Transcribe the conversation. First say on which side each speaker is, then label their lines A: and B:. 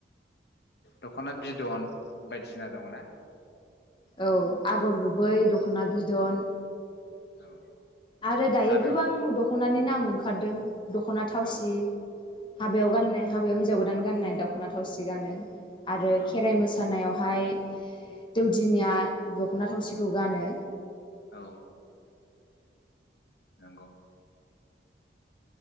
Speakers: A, on the left (about 65°); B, on the left (about 25°).
A: दखना बिदन बायदिसिना दङना
B: औ आगर गुबै दखना बिदन
A: औ
B: आरो दायो
A: हाबायाव
B: गोबां द दखनानि नाम ओंखारदों दखना थावसि
A: औ
B: हाबायाव
A: औ
B: गाननाय हाबायाव हिनजाव गो गोदान गाननाय दखना थावसि गानो आरो
A: औ
B: खेराइ
A: औ
B: मोसानायाव हाय दौदिनिया दखना थावसिखौ गानो
A: औ नंगौ